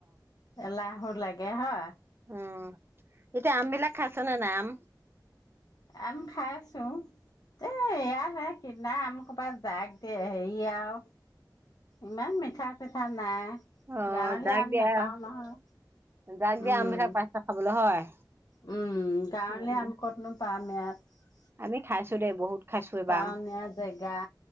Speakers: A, on the left; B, on the right.
A: এলাহত লাগে হয়
B: অ'। এতিয়া আম বিলাক খাইছনে নাই? আম?
A: আম খাই আছোঁ। এ, এইয়া হে। কিনা আম ক'ৰবাত জাগ দিয়ে, হেৰি আৰু ইমান মিঠা চিঠা নাই।
B: অ'
A: গাঁৱলীয়া
B: যাক
A: আম
B: দিয়া,
A: নাপাও নহয়
B: যাক দিয়া
A: উম
B: আম বিলাক পাইছ খাবলৈ হয়।
A: উম গাঁৱলীয়া
B: উম,
A: আম ক'তনো পাম। <unintelligible>
B: আমি খাইছোঁ দেই বহুত। খাইছো এইবাৰ
A: টাউনীয়া
B: আম।
A: জেগা।